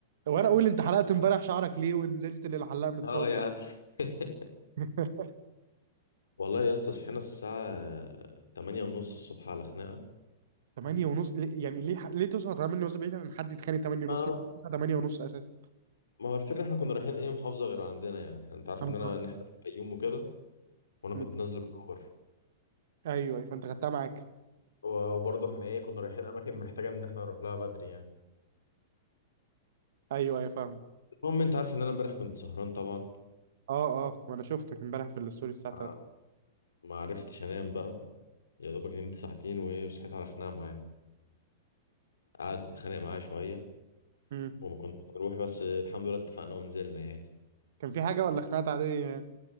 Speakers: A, on the right; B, on the left.
A: وانا اقول انت حلقت امبارح شعرك ليه ونزلت للحلاق متسوح
B: اه يا عم <laughs>
A: <laughs>
B: والله يا اسطى صحينا الساعه 8 ونص الصبح على خناقه
A: 8 ونص ليه يعني ليه ح- ليه تصحى 8 ونص بعيد عن حد يتخانق 8 ونص
B: اه
A: ليه تصحى 8 ونص اساسا
B: ما هو الفكره احنا كنا رايحين ايه محافظه غير عندنا يعني انت عارف
A: أنا
B: ان
A: بروح.
B: انا ان احنا من الفيوم وكده وانا
A: م.
B: كنت نازل اكتوبر
A: ايوه ايوه فانت خدتها معاك
B: وبرضه احنا ايه كنا رايحين اماكن محتاجه ان احنا نروح لها بدري يعني
A: ايوه ايوه فاهم
B: المهم انت عارف ان انا امبارح كنت سهران طبعا
A: اه اه وانا شفتك امبارح في الستوري الساعه
B: آه،
A: 3
B: ما عرفتش انام بقى يا دوبك نمت ساعتين وايه وصحيت على خناقه معاه قعدت اتخانق معاه شويه
A: امم
B: وما كناش هنروح بس الحمد لله اتفقنا ونزلنا يعني
A: كان في حاجه ولا خناقات عاديه يعني